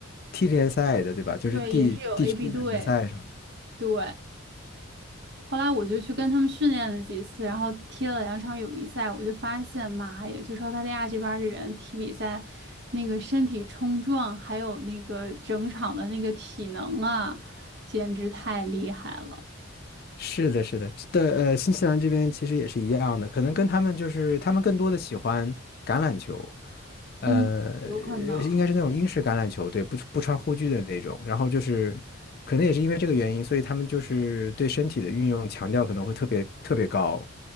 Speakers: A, on the left (about 45°); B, on the right (about 50°).
A: 踢联赛的对吧？就是地地区的联赛什么的
B: 对，也是有 AB 队，对。后来我就去跟他们训练了几次，然后踢了两场友谊赛，我就发现，妈呀，就是澳大利亚这边儿的人踢比赛，那个身体冲撞，还有那个整场的那个体能啊，简直太厉害了。
A: 是的，是的，的呃，新西兰这边其实也是一样的，可能跟他们就是他们更多的喜欢橄榄球，呃，
B: 嗯，有可能。
A: 应该是那种英式橄榄球，对，不不穿护具的那种。然后就是可能也是因为这个原因，所以他们就是对身体的运用强调可能会特别特别高，